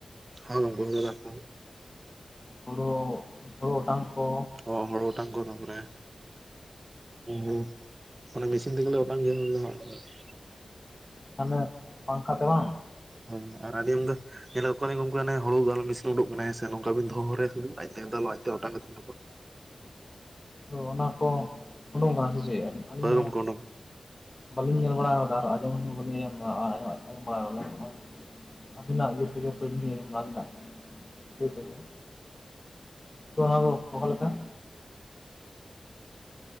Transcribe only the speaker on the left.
ᱦᱩᱲᱩ, ᱦᱳᱲᱳ ᱚᱴᱟᱝ ᱠᱚ
ᱛᱟᱦᱚᱞᱮ, ᱴᱟᱝᱠᱷᱟ ᱴᱟᱲᱟᱝ?
ᱦᱚᱻ ᱚᱱᱟ ᱠᱚ, ᱩᱰᱩᱝ ᱟᱠᱟᱱᱟ ᱥᱮ ᱪᱮᱫ? ᱟᱹᱞᱤᱧ
ᱦᱚᱸ
ᱵᱟᱹᱞᱤᱧ ᱧᱮᱞ ᱵᱟᱲᱟ ᱟᱠᱟᱫᱟ, ᱟᱨ ᱟᱸᱡᱚᱢ ᱦᱚᱸ, ᱵᱟᱞᱤᱧ ᱟᱸᱡᱚᱢ ᱵᱟᱲᱟ ᱟᱠᱟᱫᱟ, ᱱᱚᱜᱼᱚᱭ ᱟᱹᱵᱤᱱᱟᱜ ᱤᱭᱟᱹ ᱛᱮᱜᱮ, ᱯᱩᱭᱞᱚ ᱟᱹᱵᱤᱱᱟᱜ, ᱤᱭᱟᱹ ᱛᱮᱜᱮ, ᱛᱚ ᱚᱱᱟ ᱫᱚ, ᱯᱳᱦᱚᱞ ᱞᱮᱠᱟ?